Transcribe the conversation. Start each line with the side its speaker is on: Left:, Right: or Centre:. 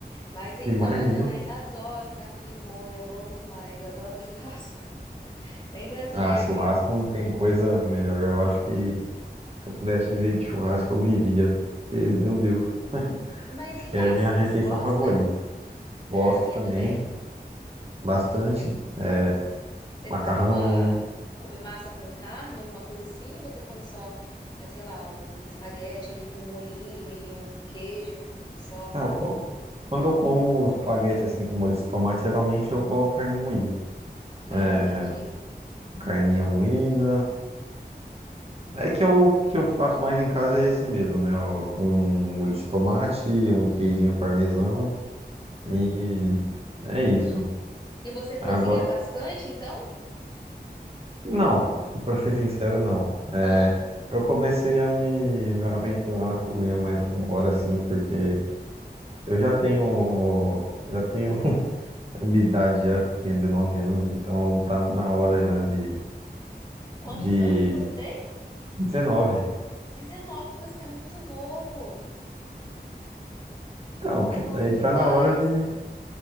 Left: Mas então
Right: Imagino,
Left: eu também adoro carne de boi, é bom demais. Adoro um churrasco, <laughs> bem brasileiro
Right: ah, churrasco
Left: mesmo.
Right: não tem coisa melhor. Eu acho que se eu pudesse viver de churrasco, eu vivia. Porque, meu Deus, <laughs>
Left: Mas
Right: acho
Left: e
Right: que
Left: massa,
Right: é a minha refeição
Left: você gosta?
Right: favorita. Gosto
Left: É, a minha
Right: também
Left: também.
Right: bastante, é,
Left: Você
Right: macarrão.
Left: costuma comer massa com carne, alguma coisa assim? Ou você come só, é, sei lá, um espaguete ali com molhinho e um queijo só pra.
Right: Ah, eu co- quando eu como espaguete assim com molho de tomate, geralmente eu coloco carne moída.
Left: Ah,
Right: É,
Left: entendi.
Right: carninha moída. É que eu, o que eu faço mais em casa é esse mesmo, né? ó, com um molho de tomate, um queijinho parmesão
Left: Uhum.
Right: e é isso.
Left: E você cozinha
Right: Agora,
Left: bastante, então?
Right: não, pra ser sincero, não.
Left: Não.
Right: É, eu comecei a me, me aventurar na cozinha mais agora, assim, porque eu já tenho, já tenho <laughs> minha idade, já tenho 19 anos, então tá na hora já de,
Left: Quantos
Right: de
Left: anos que você tem?
Right: 19.
Left: 19, você é muito novo.
Right: Então,
Left: É novo
Right: aí
Left: demais.
Right: tá na hora de